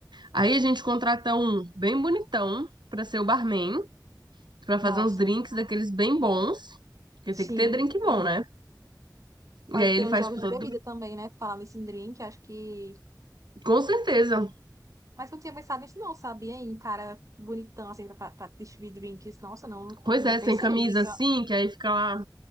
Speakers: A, on the right; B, on the right.
A: Aí a gente contrata um bem bonitão pra ser o barman, pra
B: Nossa,
A: fazer uns drinks daqueles bem bons. Porque
B: sim.
A: tem que ter drink bom, né?
B: Pode
A: E aí
B: ter
A: ele faz,
B: uns jogos
A: tipo,
B: de
A: todo.
B: bebida também, né? falando nesse drink, acho que.
A: Com certeza.
B: Mas eu não tinha pensado nisso, não, sabia? Em cara bonitão, assim, pra, pra distribuir drinks. Nossa, não,
A: Pois
B: não
A: é,
B: pensei.
A: sem camisa
B: Isso
A: assim,
B: é,
A: que aí fica lá